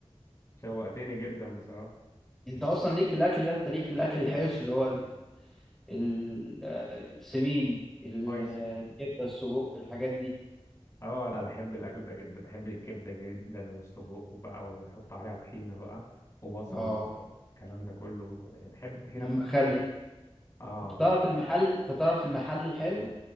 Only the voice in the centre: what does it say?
انت اصلا ليك في الاكل ده انت ليك في الاكل الحرش اللي هو ال... ال... آه، السمين ال-
آه، الكبده السجق الحاجات دي
اه
والمخلل
انت تعرف المحل انت تعرف المحل الحلو